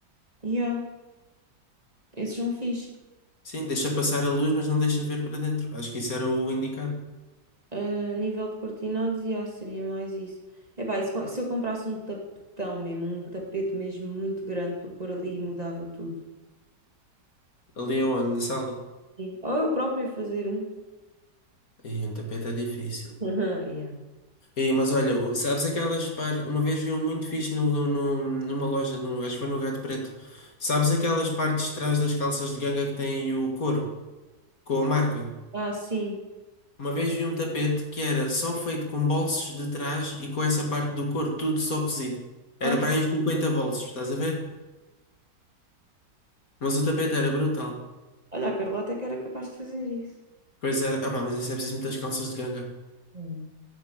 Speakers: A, on the right; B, on the left.
A: Yeah, esses são fixe.
B: Sim, deixa passar a luz, mas não deixa ver para dentro. Acho que isso era o indicado.
A: A nível de cortinados, yeah, seria mais isso. Epá, e se, co- se eu comprasse um tapetão mesmo, um tapete mesmo muito grande para pôr ali, mudava tudo.
B: Ali é onde? Na sala?
A: Sim. Ou eu própria fazer um.
B: E um tapete é difícil.
A: Aham, yeah.
B: E, mas olha, o- sabes aquelas par... Uma vez eu muito fixe no, no- numa loja, no- acho que foi no Gato Preto. Sabes aquelas partes de trás das calças de ganga que têm o couro, com a marca?
A: Ah, sim.
B: Uma vez vi um tapete que era só feito com bolsos de trás e com essa parte do couro, tudo só cozido.
A: Ai,
B: Era para aí uns 50 bolsos, estás a ver? Mas o tapete era brutal.
A: olha, a Carla até que era capaz de fazer isso.
B: Pois era, ah pá, mas isso é preciso muitas calças de ganga.
A: Hum.